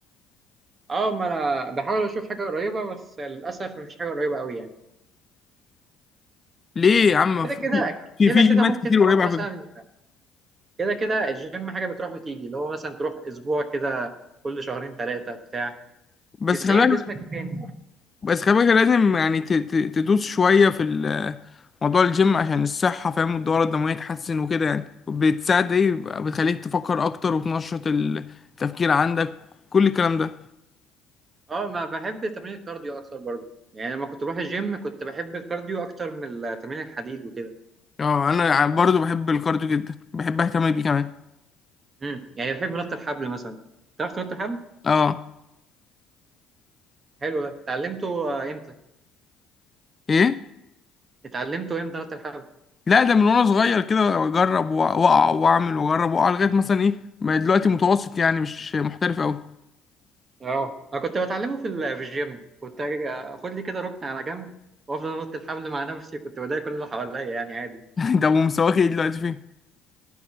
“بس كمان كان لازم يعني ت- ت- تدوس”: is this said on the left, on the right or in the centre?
Left